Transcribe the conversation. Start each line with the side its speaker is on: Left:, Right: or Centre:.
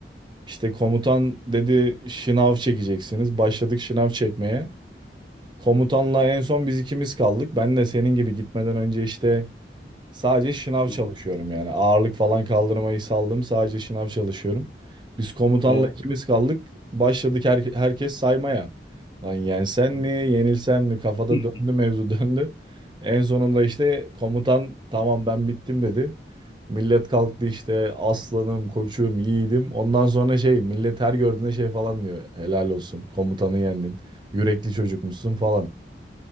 Right: İşte komutan dedi şınav çekeceksiniz. Başladık şınav çekmeye. Komutanla en son biz ikimiz kaldık. Ben de senin gibi gitmeden önce işte Sadece şınav
Left: Hı.
Right: çalışıyorum yani. Ağırlık falan kaldırmayı saldım. Sadece şınav çalışıyorum. Biz komutanla
Left: E,
Right: ikimiz kaldık. Başladık her- herkes saymaya. Lan yensen mi, yenilsen mi? Kafada
Left: hı.
Right: döndü mevzu <laughs> döndü. En sonunda işte komutan tamam ben bittim dedi. Millet kalktı işte aslanım, koçum, yiğidim. Ondan sonra şey millet her gördüğünde şey falan diyor. Helal olsun komutanı yendin. Yürekli çocukmuşsun falan.